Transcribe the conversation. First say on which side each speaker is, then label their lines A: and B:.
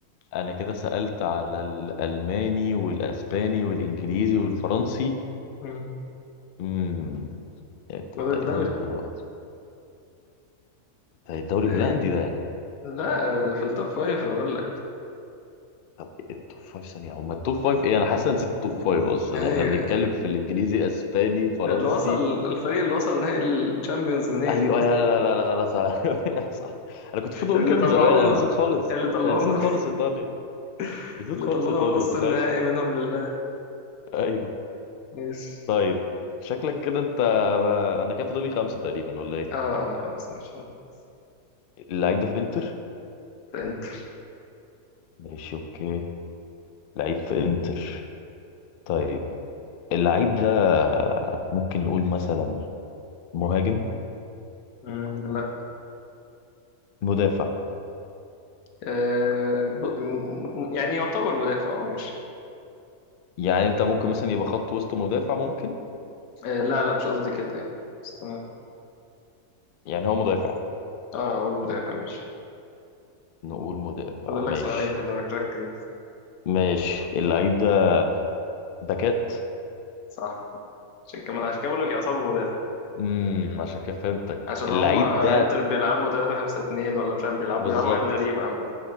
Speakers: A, on the left (about 70°); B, on the left (about 90°).
A: انا كده سألت على الالماني والاسباني والانجليزي والفرنسي
B: مم.
A: امم
B: فاضل
A: تقريبا
B: دوري
A: هو- ده الدوري
B: ايه
A: الهولندي ده يعني.
B: لا ده في التوب فايف بقول لك
A: طب التوب فايف ثانية او ما التوب فايف ايه انا حاسس إن نسيت التوب فايف اصلا
B: ايوه
A: احنا بنتكلم في الانجليزي اسباني
B: <laughs>
A: فرنسي
B: اللي وصل الفريق اللي وصل نهائي الشامبيونز منين
A: ايوه يا لا لا لا لا صح <laughs> صح انا كنت المفروض اقول
B: اللي
A: كده
B: طلعونا
A: من زمان انا نسيت خالص
B: اللي طلعونا
A: انا نسيت خالص ايطاليا
B: <laughs>
A: نسيت
B: اللي
A: خالص
B: طلعونا
A: ايطاليا
B: من نص
A: تخيل
B: النهائي منهم لله
A: ايوه
B: ماشي
A: طيب شكلك كده انت انا كده فاضل لي خمسة تقريبا ولا ايه
B: اه آه، خمسة مش خمسة.
A: اللعيب ده في انتر
B: انت
A: ماشي اوكي لعيب في انتر طيب اللعيب ده ممكن نقول مثلا مهاجم
B: مم، لا
A: مدافع
B: آه ب... م- م- يعني يعتبر مدافع اه ماشي
A: يعني انت ممكن مثلا يبقى خط وسط مدافع ممكن
B: آه لا لا مش قصدي كده يعني بس تمام
A: يعني هو مدافع
B: اه اقول مدافع ماشي
A: نقول مدافع
B: فاضل
A: ماشي
B: لك سؤالين خلي بالك ركز
A: ماشي اللعيب ده باكات
B: صح عشان كمان عشان كده بقول لك يعتبروا مدافع
A: امم عشان كده فهمتك
B: عشان
A: اللعيب
B: هم انتر
A: ده
B: بيلعبوا 3 5 2 ولا مش عارف بيلعبوا
A: بالظبط
B: بيلعبوا حاجات غريبة عامة